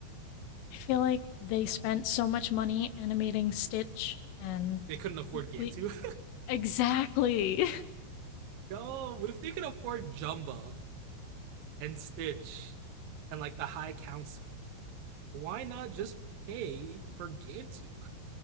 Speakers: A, on the left (about 80°); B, on the right (about 80°).
A: I feel like they spent so much money animating Stitch and
B: They couldn't afford
A: complete
B: Gantu.
A: Exactly.
B: <laughs> Yo, but if they could afford Jumba and Stitch and like the High Council, why not just pay for Gantu?